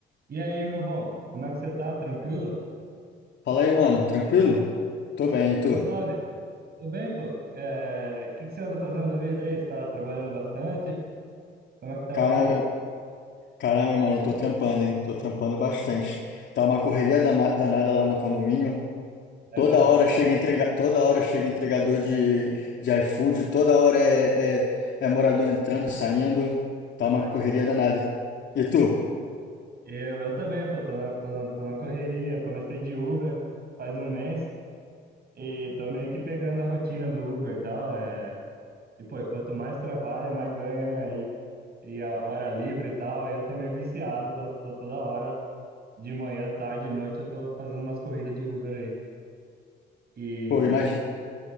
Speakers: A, on the right (about 50°); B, on the left (about 65°).
A: E aí, meu bom, como é que você tá? Tranquilo?
B: Fala aí, mano, tranquilo? Tô
A: Tô, su-
B: bem, e tu?
A: tô suave. Tudo bem, pô? É, o que que você anda fazendo da vida aí? Você tá trabalhando bastante? Como é que tá
B: Caramba,
A: os dias?
B: caramba, mano, eu tô trampando, hein? Tô trampando bastante. Tá uma correria dama- danada lá no condomínio.
A: É
B: Toda
A: mesmo,
B: hora
A: pô?
B: chega entrega, toda hora chega entregador de, de iFood, toda hora é, é, é morador entrando, saindo.
A: Pô,
B: Tá
A: imagino.
B: uma correria danada. E tu?
A: Eu, eu também, pô, tô na, tô na, tô na correria. Comecei de Uber faz um mês e tô meio que pegando a rotina do Uber e tal. É... E, pô, quanto mais trabalha, mais ganha, né? E, e a hora livre e tal, aí eu tô meio viciado, tô, tô toda hora, de manhã, tarde, noite, eu tô fazendo umas corridas de Uber aí. E,
B: Pô, imagina.